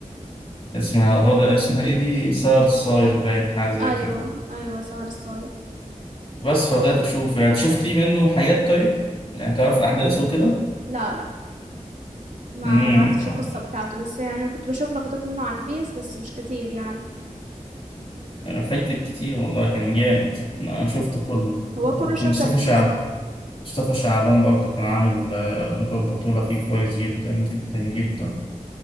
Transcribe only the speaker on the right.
أيوة
أيوة سهر الصايغ
لا لا ما
ما عرفتش القصة بتاعته بس يعني كنت بشوف لقطات منه على الفيس بس مش كتير يعني
هو
كله شكر
فيه
بصراحة